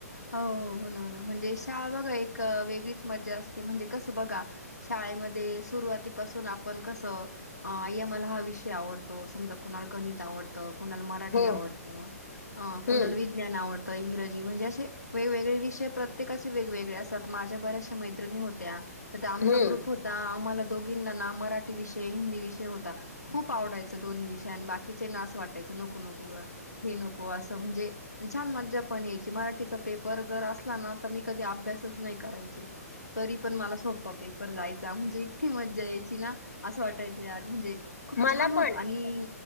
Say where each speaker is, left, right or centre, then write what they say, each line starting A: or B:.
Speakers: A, on the left (about 90°); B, on the left (about 65°).
A: हो हो होना होना म्हणजे शाळा बघा एक. क वेगळीच मजा असते म्हणजे कसं बघा शाळेमध्ये सुरुवातीपासून आपण कसं. अ आय मला हा विषय आवडतो समजा कुणा गणित आवडतं. कुणाला मराठी
B: हम्म
A: आवडतं अ
B: हम्म
A: कुणाला विज्ञान आवडतं. इंग्रजी म्हणजे अशे वेगवेगळे विषय प्रत्येकाचे वेगवेगळे असतात माझ्या बऱ्याचशा मैत्रिणी होत्या. त आमचा
B: हम्म
A: ग्रुप होता आम्हाला दोघींना ना मराठी विषय हिंदी विषय होता खूप आवडायच दोन्ही विषय अन् बाकीचे ना असं वाटायचं. नको नको ग हे नको असं म्हणजे <inaudible> छान मज्जा पण यायची मराठीचा पेपर जर असला ना तर मी कधी अभ्यासच नाही करायची. तरी पण मला सोपं पेपर जायचा म्हणजे इतकी मज्जा यायची ना असं वाटायचं यार म्हणजे खूप
B: मला
A: छान होतं
B: पण
A: आणि